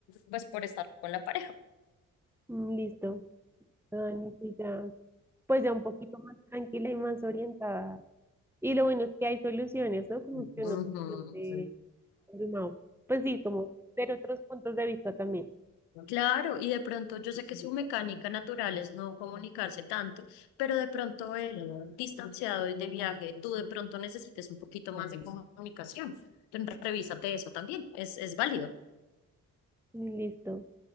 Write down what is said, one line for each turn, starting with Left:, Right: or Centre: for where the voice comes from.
Left: pues, por estar con la pareja.
Centre: Mm, Listo, Dani, sí, ya. pues ya un poquito más tranquila y más orientada. Y lo bueno es que hay soluciones, ¿no? Como
Left: Ujú.
Centre: que uno se siente abrumado. Pues sí, como ver otros puntos de vista también.
Left: Claro, y de pronto yo sé que su mecánica natural es no comunicarse tanto, pero de pronto el distanciado y de viaje, tú de pronto necesites un poquito más de comunicación. Entonces, revísate eso también, es, es válido.
Centre: Y Listo, <laughs>